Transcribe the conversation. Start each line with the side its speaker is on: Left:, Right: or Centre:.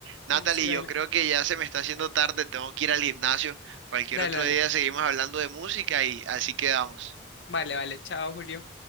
Right: Natalie,
Left: Sí, baila.
Right: yo creo que ya se me está haciendo tarde, tengo que ir al gimnasio. Cualquier
Left: Dale,
Right: otro
Left: dale.
Right: día seguimos hablando de música y así quedamos.
Left: Vale, vale. Chao, Julio.